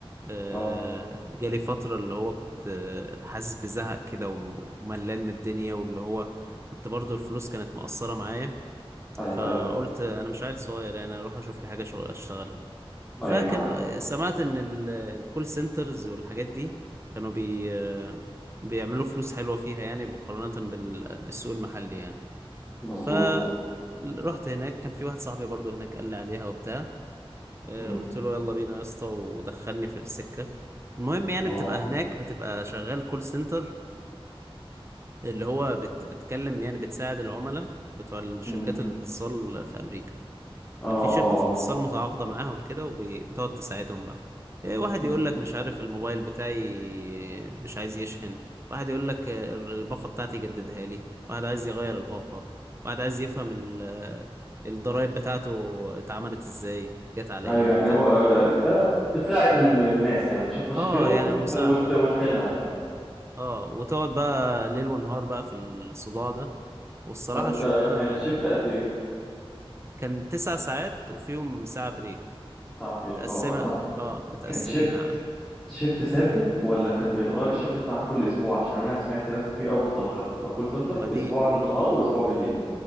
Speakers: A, on the right (about 25°); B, in the centre.
A: آه،
B: اه
A: جالي فترة اللي هو كنت آه، حاسس بزهق كده وم- وملان من الدنيا واللي هو كنت برضو الفلوس كانت مقصرة معايا
B: ايوه
A: فقلت
B: ايوه
A: أنا مش عيل صغير يعني أروح أشوف لي حاجة شغل أشتغلها فكانوا
B: ايوه فاهم
A: سمعت ان ال- الكول سنترز والحاجات دي كانوا بي بيعملوا فلوس حلوة فيها يعني مقارنة بال... بالسوق المحلي يعني
B: مظبوط
A: فرحت هناك كان في واحد صاحبي برضو هناك قال لي عليها وبتاع آه،
B: مم.
A: قلت له يلا بينا يا اسطى ودخلني في السكة المهم يعني
B: اه
A: بتبقى هناك بتبقى شغال كول سنتر اللي هو بت... بتكلم يعني بتساعد العملاء بتوع الشركات
B: مم.
A: الاتصال في أمريكا
B: اه اه
A: كان في شركة
B: اه
A: اتصال متعاقدة معاهم كده وبتقعد تساعدهم بقى إيه، واحد
B: مم.
A: يقول لك مش عارف الموبايل بتاعي مش عايز يشحن واحد يقول لك آه، الباقة بتاعتي جددها لي واحد عايز يغير الباقة واحد عايز يفهم ال- آه، الضرايب بتاعته اتعملت ازاي جت على
B: ايوه
A: ايه وبتاع
B: يعني هو آه، انت بتساعد ال- الناس يعني بتشوف مشاكلهم
A: اه يعني
B: وت...
A: مساعدة
B: وت...
A: اه
B: وتحلها لها
A: آه، وتقعد بقى ليل ونهار بقى في الصداع ده والصراحة
B: طب انت
A: الشغلانة
B: كان الشيفت قد ايه
A: كان تسع ساعات وفيهم ساعة بريك
B: صعب بريك
A: متقسمة
B: اه آه. طب
A: اه متقسمين
B: كان شيفت
A: ع-
B: شيفت ثابت ولا كان بيتغير الشيفت بتاعك كل اسبوع عشان انا سمعت ناس كتير قوي بتبقى بتبقى كول سنتر
A: ما دي
B: اسبوع النهار واسبوع بالليل